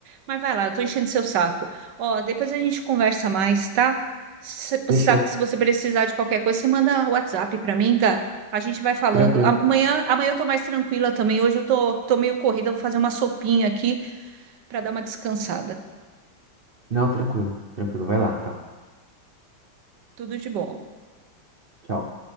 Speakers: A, on the right; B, on the right.
A: Mas vai lá, eu tô enchendo seu saco. Ó, depois a gente conversa mais, tá? Se-
B: Fechou.
A: Você sabe que se você precisar de qualquer coisa, você manda WhatsApp pra mim, tá? A gente vai falando.
B: Tranquilo.
A: Amanhã, amanhã eu tô mais tranquila também. Hoje eu tô, tô meio corrida, vou fazer uma sopinha aqui pra dar uma descansada.
B: Não, tranquilo. Tranquilo. Vai lá, tá.
A: Tudo de bom.
B: Tchau.